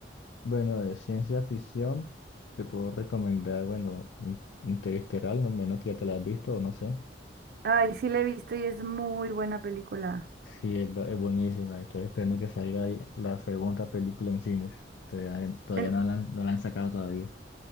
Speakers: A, on the left (about 85°); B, on the right (about 60°).
A: Bueno, de ciencia ficción te puedo recomendar, bueno, In- Interestelar, no menos que ya te la has visto o no sé.
B: Ay, sí la he visto y es muy buena película.
A: Sí, es, ba- es buenísima. Estoy esperando que salga ahí la segunda película en cines. Todavía, no, todavía
B: En-
A: no la, han- no la han sacado todavía.